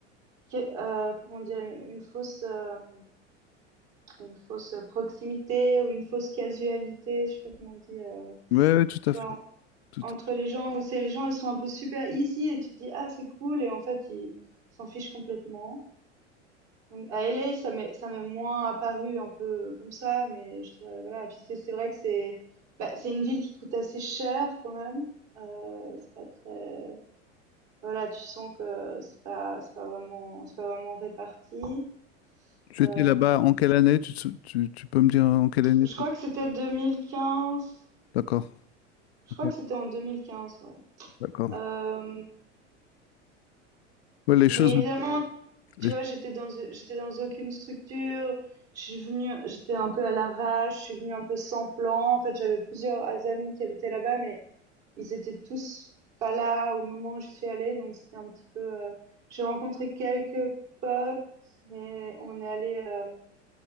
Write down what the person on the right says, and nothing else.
qué heu, comment dire? Une une fausse, hem, une fausse, proximité ou une fausse casualité, je sais pas comment on dit, heu,
tu
vois?
En
entre
les gens où c'est les gens, ils sont un peu super easy et tu te dis: «Ah, c'est cool» et en fait, ils s'en fichent complètement. Donc à LA, ça m'est ça m'est moins apparu un peu comme ça, mais je trouve voilà. Et Puis c'est c'est vrai que c'est bah, c'est une ville qui coûte assez cher quand même. Euh, c'est pas très voilà, tu sens que c'est pas c'est pas vraiment c'est pas vraiment réparti.
Euh,
je
crois que c'était 2015.
Je
crois que c'était en 2015, ouais.
Euh,
mais
évidemment,
tu vois, j'étais dans, j'étais dans aucune structure. Je suis venue, j'étais un peu à l'arrache, je suis venue un peu sans plan. En fait, j'avais plusieurs amis qui habitaient là-bas, mais ils étaient tous pas là au moment où je suis allée, donc c'était un petit peu. euh, J'ai rencontré quelques potes, mais on est allé, euh,